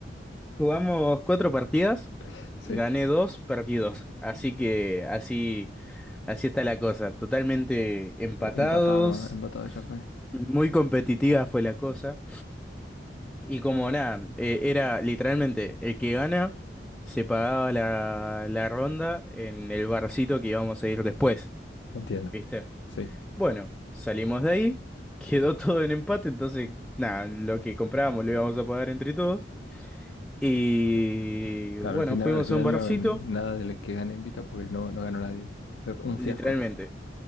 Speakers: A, in the centre; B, on the left.
A: jugamos cuatro partidas.
B: <laughs> Sí.
A: Gané dos, perdí dos. Así que así, así está la cosa. Totalmente empatados.
B: Empatado, empatado ya fue.
A: Muy competitiva fue la cosa. Y como nada, eh, era literalmente el que gana se pagaba la, la ronda en el barcito que íbamos a ir después.
B: Entiendo.
A: ¿Viste?
B: Sí.
A: Bueno, salimos de ahí. <laughs> Quedó todo en empate. Entonces, nada, lo que comprábamos lo íbamos a pagar entre todos. Y
B: Claro,
A: bueno,
B: al final,
A: fuimos
B: al final
A: a un barcito,
B: no, nada de lo que gane invita porque no, no ganó nadie. Un
A: literalmente.
B: fiasco.